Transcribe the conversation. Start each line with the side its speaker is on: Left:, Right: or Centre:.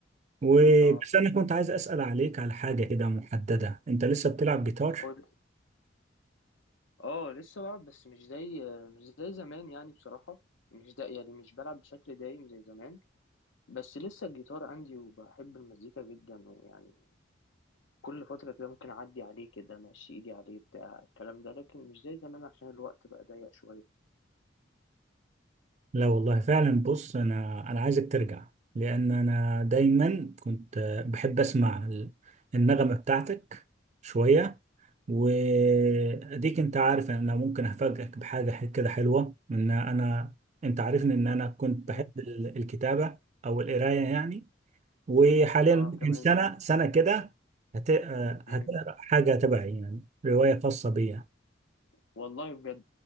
Right: وبس
Left: اه
Right: انا كنت عايز اسأل عليك على حاجة كده محددة انت لسه بتلعب جيتار؟
Left: قول اه لسه بلعب بس مش زي آه، مش زي زمان يعني بصراحه مش ده يعني مش بلعب بشكل دايم زي زمان بس لسه الجيتار عندي وبحب المزيكا جدا ويعني كل فترة كده ممكن أعدي عليه كده أمشي إيدي عليه بتاع الكلام ده لكن مش زي زمان عشان الوقت بقى ضيق شوية
Right: لا والله فعلا بص انا انا عايزك ترجع لان انا دايما كنت بحب اسمع ال- النغمه بتاعتك شويه واديك انت عارف ان انا ممكن افاجئك بحاجه ح- كده حلوه ان انا انت عارفني ان انا كنت
Left: مم.
Right: بحب ال- الكتابه او القرايه يعني وحاليا
Left: آه
Right: ممكن
Left: تمام
Right: سنه سنه كده هت- آه،
Left: مم.
Right: هتقرا حاجه تبعي يعني روايه خاصه بيا
Left: والله بجد